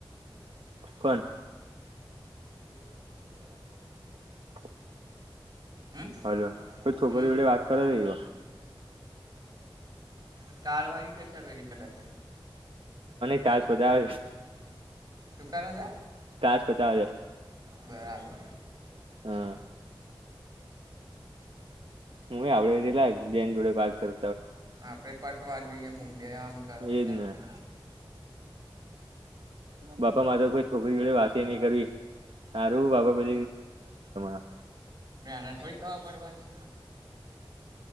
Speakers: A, on the right; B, on the right.
A: કોણ <unintelligible> <inaudible>
B: હમ
A: હલો કો છોકરી
B: હમ
A: જોડે વાત કરે રહીયો
B: ટાલવાની દેશે પેલી કદાચ
A: ટાસ બદા
B: શું કરે છે
A: ટાસ્ક પતાવ્યા
B: બરાબર
A: હાં હું આવડેેલા બેન જોડે વાત કર
B: આપડે પટવા જોઈએ મુદ્દે આમ કર <unintelligible>
A: એજ ને બાપા મા તો કોઈ છોકરી જોડે વાત એ નહી કરવી હારું બાબા <unintelligible>
B: એને થોડી ખબર પડવાની